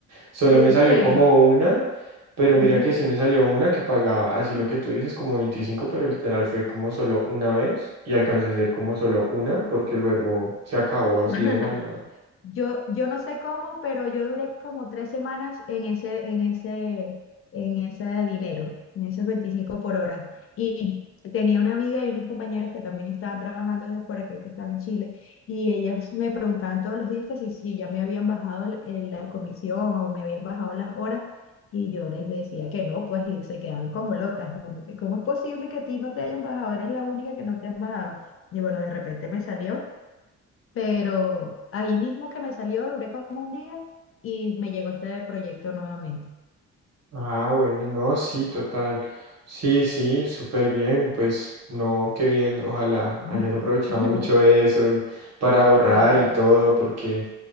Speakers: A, on the right (about 60°); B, on the left (about 50°).
A: Solo
B: En
A: me salió
B: serio.
A: como una, pero mira
B: <laughs>
A: que sí me salió una que pagaba, así lo que tú dices, como veinticinco pero literal fue como solo una vez y alcancé a hacer como solo una porque luego se acabó así
B: <laughs>
A: de la nada.
B: Yo, yo no sé cómo, pero yo duré como tres semanas en ese, en ese, en ese dinero, en esos 25 por hora. Y tenía una amiga y unas compañeras que también estaban trabajando desde fuera, creo que estaban en Chile, y ellas me preguntaban todos los días que si, si ya me habían bajado el- el- la comisión o me habían bajado las horas, y yo les decía que no, pues y se quedaban como locas. como que, ¿Cómo es posible que a ti no te hayan bajado? Eres la única que no te han bajado. Y bueno, de repente me salió pero ahí mismo que me salió, duré como un día y me llegó este proyecto nuevamente.
A: Ah, bueno, no, sí, total. Sí, sí, súper bien. Pues no, qué bien. Ojalá
B: <laughs>
A: hayas aprovechado mucho de eso y para ahorrar
B: Claro,
A: y todo, porque